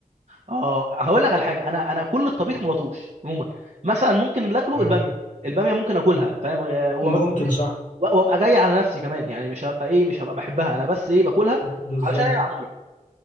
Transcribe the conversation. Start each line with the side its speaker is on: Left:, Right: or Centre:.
Right: اه هقول لك على حاجه انا انا كل الطبيخ ما بطوش عموما مثلا ممكن اللي اكله
Left: آه
Right: الباميه الباميه ممكن اكلها فاهم آه، ومش
Left: ممكن صح
Right: و- وابقى جاي على نفسي كمان يعني مش هبقى ايه مش هبقى بحبها انا بس ايه باكلها
Left: بالظبط
Right: علشان هي معموله